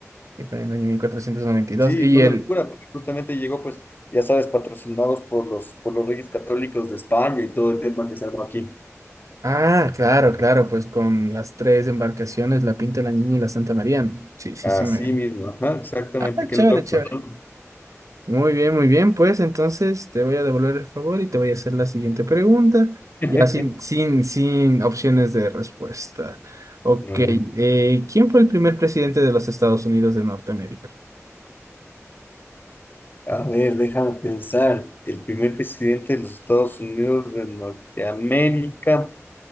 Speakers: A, on the right; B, on the left.
A: y para el año 1492.
B: Sí,
A: Y dos. Y
B: fue
A: el...
B: una locura porque justamente llegó, pues, ya sabes, patrocinados por los, por los reyes católicos de España y todo el tema que se armó aquí.
A: Ah, claro, claro, pues con las tres embarcaciones, la Pinta, la Niña y la Santa María. Sí, sí,
B: Así
A: sí, me...
B: mismo, ajá, exactamente,
A: Ah,
B: qué
A: chévere,
B: loco,
A: chévere.
B: ¿no?
A: Muy bien, muy bien. Pues entonces te voy a devolver el favor y te voy a hacer la siguiente pregunta,
B: <laughs>
A: ya sin, sin, sin opciones de respuesta. Ok,
B: A ver,
A: eh, ¿quién fue el primer presidente de los Estados Unidos de Norteamérica?
B: a ver, déjame pensar. El primer presidente de los Estados Unidos de Norteamérica.